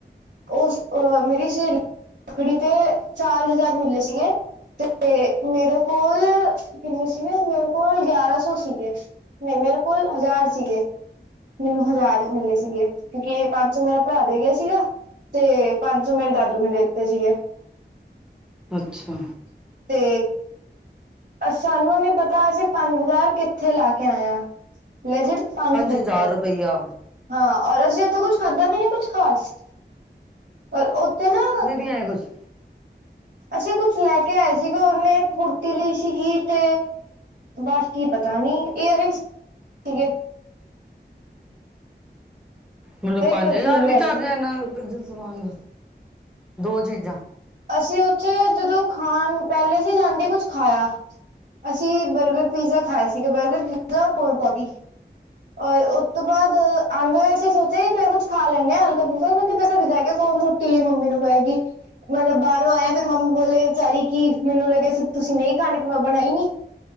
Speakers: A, on the right (about 65°); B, in the centre.
A: ਉਸ ਅ ਮੇਰੀ ਸੇਲ ਰੱਖੜੀ ਤੇ ਚਾਰ ਹਜ਼ਾਰ ਮਿਲੇ ਸੀਗੇ ਤੇ ਮੇਰੇ ਕੋਲ ਕਿੰਨੇ ਸੀਗੇ ਮੇਰੇ ਕੋਲ ਗਿਆਰਾ ਸੋ ਸੀਗੇ ਨੀ ਮੇਰੇ ਕੋ ਕੋਲ ਹਜ਼ਾਰ ਸੀਗੇ ਮੈਨੂੰ ਹਜ਼ਾਰ ਮਿਲੇ ਸੀਗੇ ਕਿਉਂਕਿ ਏਹ ਪੰਜ ਸੌ ਮੇਰਾ ਭਰਾ ਦੇ ਗਆ ਸੀਗਾ ਤੇ ਪੰਜ ਸੌ ਮੇਰੇ ਦਾਦੂ ਨੇ ਦਿੱਤੇ ਸੀਗੇ।
B: ਅੱਛਾ।
A: ਤੇ ਸਾਨੂੰ ਨੀ ਪਤਾ ਅਸੀਂ ਪੰਜ ਹਜ਼ਾਰ ਕਿੱਥੇ ਲਾ ਕੇ ਆਏ ਆ ਲੇਜੇਡ ਪੰਜ ਹਜਾਰ
B: ਹਜ਼ਾਰ ਰੁਪਈਆ
A: ਹਾਂ ਔਰ ਅਸੀਂ ਓਥੇ ਕੁਛ ਖਾਧਾ ਵੀ ਨੀ ਕੁਛ ਖਾਸ ਅ ਉੱਥੇ ਨਾ
B: ਕਿ ਐ ਕੁਛ
A: ਅਸੀਂ ਕੁਛ ਲੈ ਕੇ ਆਏ ਸੀਗੇ ਉਹਨੇ ਇੱਕ ਕੁੜਤੀ ਲਈ ਸੀਗੀ ਤੇ ਬਸ ਕੀ ਪਤਾ ਨੀ, ਏਅਰਿੰਗਸ ਸੀਗੇ <inaudible>
B: ਹੁਣ ਪੰਜ
A: ਪਰਫਿਊਮ
B: ਹਜ਼ਾਰ
A: ਲਿਆਏ
B: ਵਿੱਚ ਆ
A: ਸੀ
B: ਗਿਆ ਇਨ੍ਹਾਂ ਕੁਝ ਸਮਾਨ ਦਾ ਦੋ ਚੀਜ਼ਾਂ
A: ਅਸੀਂ ਉਥੇ ਜਦੋਂ ਖਾਣ ਪਹਿਲੇ ਸੀ ਜਾਂਦੇ ਕੁਛ ਖਾਇਆ ਅਸੀਂ ਬਰਗਰ ਪੀਜ਼ਾ ਖਾਏ ਸੀਗੇ ਬਰਗਰ ਪੀਜ਼ਾ ਔਰ ਕੋਲਡ ਕੌਫੀ ਔਰ ਉਸ ਤੋਂ ਬਾਅਦ ਆਉਂਦੇ ਹੋਏ ਅਸੀ ਸੋਚਿਆ ਕਿ ਪਹਿਲਾਂ ਕੁਛ ਖਾ ਲੈਂਦੇ ਹਾਂ ਹਲਕਾ ਫੁਲਕਾ ਕਿਉਂਕਿ ਫੇਰ ਘਰੇ ਜਾ ਕੇ ਕੋਣ ਕਿਲੀ ਮੰਮੀ ਨੂੰ ਕਏਗੀ ਮਤਲਬ ਬਾਹਰੋਂ ਆਇਆ ਫੇਰ ਮੰਮੀ ਬੋਲੇ ਵਿਚਾਰੀ ਕਿ ਮੈਨੂੰ ਲੱਗਿਆ ਤੁਸੀਂ ਨਹੀਂ ਖਾਣੀ ਫੇਰ ਮੈਂ ਬਣਾਈ ਨੀ